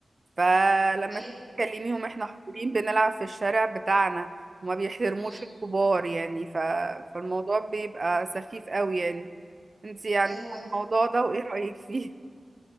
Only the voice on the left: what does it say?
أيوة
أمم.
أيوة